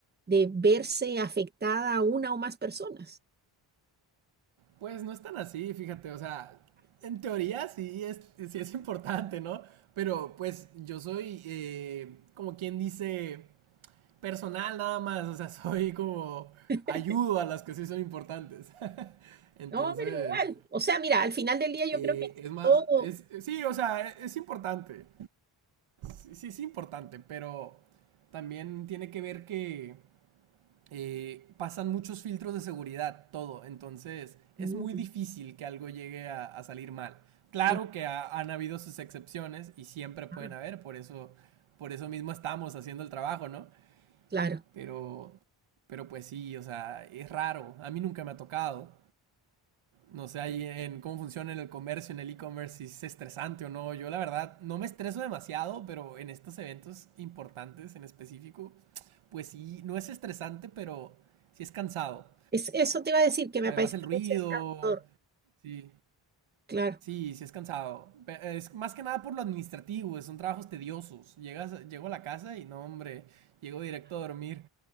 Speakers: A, on the right; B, on the right.
A: de verse afectada una o más personas.
B: Pues no es tan así, fíjate, o sea, en teoría sí es, sí es importante, ¿no? Pero pues yo soy eh, como quien dice personal nada más, o sea, <laughs> soy como
A: <laughs>
B: ayudo a las que sí son importantes. <laughs> Entonces,
A: No, pero igual. O sea, mira, al final del día yo
B: eh,
A: creo que
B: es más,
A: todo...
B: es, sí, o sea, es, es importante, sí, sí es importante, pero también tiene que ver que eh, pasan muchos filtros de seguridad, todo, entonces es
A: Mm,
B: muy difícil que algo llegue a, a salir mal. Claro
A: eh,
B: que ha- han habido sus excepciones y siempre pueden
A: ah,
B: haber, por eso, por eso mismo estamos haciendo el trabajo, ¿no?
A: claro.
B: Pero, pero pues sí, o sea, es raro. A mí nunca me ha tocado. No sé ahí en cómo funciona en el comercio, en el e-commerce, si es estresante o no. Yo la verdad no me estreso demasiado, pero en estos eventos importantes en específico, pues sí, no es estresante, pero sí es cansado.
A: Es, eso te iba a decir, que me
B: Además
A: parece
B: el
A: que
B: ruido,
A: es el factor.
B: sí,
A: Claro.
B: sí, sí es cansado. Pe- Es más que nada por lo administrativo, son trabajos tediosos. Llegas, llego a la casa y no, hombre, llego directo a dormir.